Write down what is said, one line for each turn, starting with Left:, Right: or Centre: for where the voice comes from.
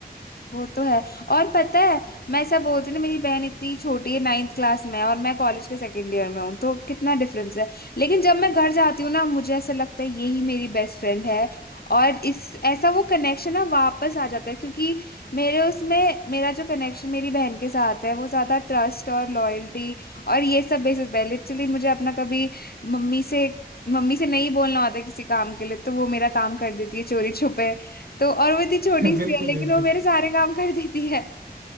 Left: वो तो है और पता है मैं ऐसा बोलती हूँ ना मेरी बहन इतनी छोटी है नाइन्थ क्लास में है और मैं कॉलेज के सेकंड ईयर में हूँ तो कितना डिफरेंस है लेकिन जब मैं घर जाती हूँ ना मुझे ऐसा लगता है यही मेरी बेस्ट फ्रेंड है और इस ऐसा वो कनेक्शन ना वापस आ जाता है क्योंकि मेरे उसमें मेरा जो कनेक्शन मेरी बहन के साथ है वो ज़्यादा ट्रस्ट और लॉयल्टी और ये सब बेसिस पे है लिटरली मुझे अपना कभी मम्मी से मम्मी से नहीं बोलना होता किसी काम के लिए तो वो मेरा काम कर देती है चोरी छुपे तो और वो इतनी छोटी
Right: <laughs> बिल्कुल
Left: सी है लेकिन
Right: बिल्कुल
Left: वो मेरे सारे काम कर देती है